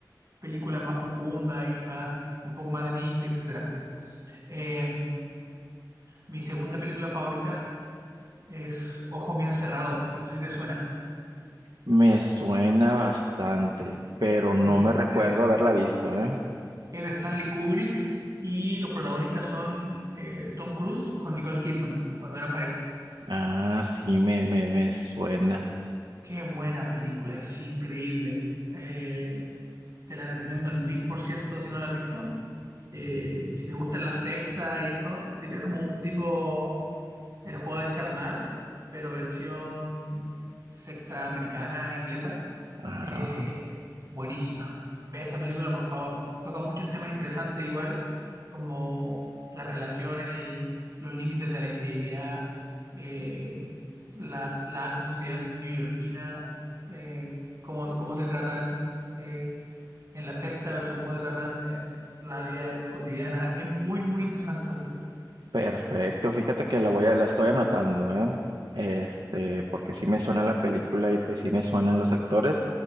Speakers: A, on the right; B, on the right.
A: películas más profundas y más, un poco más de nicho, etcétera. Eh, mi segunda película favorita es Ojos bien cerrados, no sé si te suena.
B: Me suena bastante, pero no
A: Es de,
B: me recuerdo
A: es de-
B: haberla visto, ¿eh?
A: es de Stanley Kubrick y los protagonistas son eh, Tom Cruise con Nicole Kidman cuando eran pareja.
B: Ah, sí, me, me, me suena.
A: Qué buena película, es increíble. Eh, te la recomiendo al mil por ciento si no la has visto. Eh, si te gustan la secta y esto, este tipo es como un tipo el juego del calamar, pero versión secta americana, inglesa.
B: Ah,
A: Eh, buenísima. Ve esa película, por favor. Toca muchos temas interesantes igual, como las relaciones y los límites de la infidelidad, eh, las- la, alta sociedad neoyorquina, eh, cómo, cómo te tratan eh, en la sexta versus cómo te tratan en la vida cotidiana. Es muy, muy interesante esa película.
B: Perfecto, fíjate que la voy a, la estoy anotando, ¿eh? Este, porque sí me suena la película y pues sí me suenan los actores